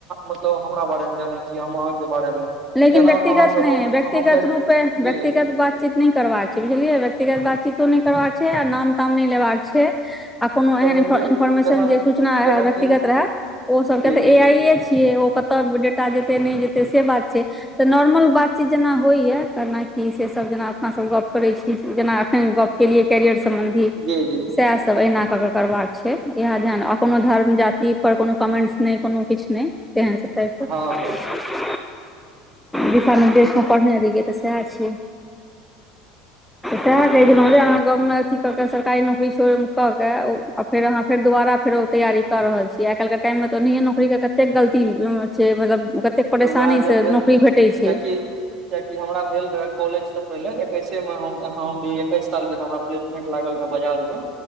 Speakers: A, on the right; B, in the centre.
A: मतलब हमरा बारे मे जानै छीय हम अहाँके बारे मे
B: लेकिन
A: जेना
B: व्यक्तिगत
A: अहाँ से
B: नहि
A: हम
B: है व्यक्तिगत
A: हम जे
B: रूपे व्यक्तिगत
A: जी
B: बात चीत नहि करबाक छै बुझलियै व्यक्तिगत बातचीतो नहि करबाक छै आ नाम ताम नहि लेबाक छै आ कोनो
A: तऽ
B: एहन
A: मानि लिअ
B: इन्फॉर्मेशन
A: जेना
B: जे सूचना रहै
A: जेनाकि
B: व्यक्तिगत रहै ओ सबके
A: जी
B: तऽ
A: जी
B: ए आइए छियै ओ कतय डेटा जेतै नहि जेतै से बात छै तऽ नॉर्मल बात चीत जेना होइए केनााकि से सब जेना अपनासभ गप करै छी जेना एखन गप केलिए कैरियर सम्बन्धी
A: जी जी
B: सेह सब अहिना कऽ कऽ करबाक छै इएह ध्यान आ कोनो धर्म जाति पर कोनो कमेन्ट्स नहि कोनो किछ नहि केहन छै तइपके
A: हँ हँ
B: दिशा निर्देशमे पढ़ने रहिये आ तऽ सएहर छीयै
A: <inaudible>
B: तैह कह छलहुँ जे अहाँ गाँवमे अथी कऽ के सरकारी नौकरी छोड़ कऽ के ओ फेर अहां दुबारा फेर ओ तैयारी कऽ रहल छीयै आइ काल्हके टाइममे तऽ ओनाहिये नौकरीके कतेक गलती छै मतलब कतेक परेशानीसँ
A: तऽ उएह जे भेल
B: नौकरी
A: कियाकि
B: भेटै छै
A: कआकि हमरा भेल रहे कॉलेज से पहिले एकैसे मे हम भी एकैस साल के तऽ हमरा पलेस मेंन्ट लागरहे बाजाज मे